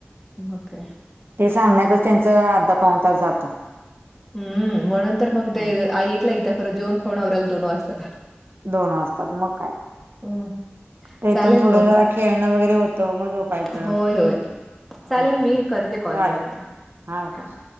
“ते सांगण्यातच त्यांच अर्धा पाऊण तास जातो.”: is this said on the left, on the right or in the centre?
Right